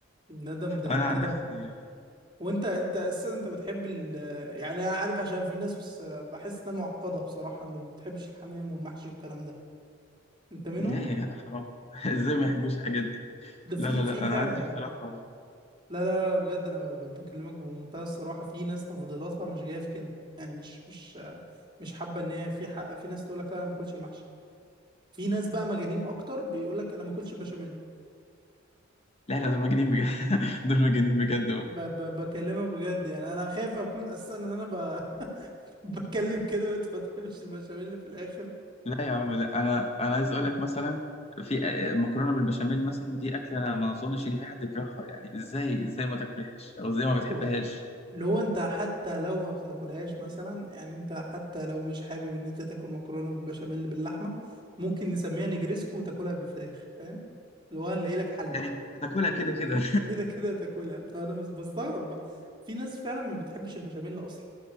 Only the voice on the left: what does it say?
انا
عن نفسي
لا يا جدع حرام <laughs> ازاي ما يحبوش الحاجات دي
لا
لا
لا
انا عندي بصراحة
لا لا دول مجانين بجد <laughs> دول مجانين بجد
لا يا عم لا انا انا عايز اقول لك مثلا في آه، مكرونه بالبشاميل مثلا دي اكله انا ما اظنش ان في حد يكرهها يعني ازاي ازاي ما تاكلهاش او ازاي ما
بتحبهاش
يعني هتاكلها كده كده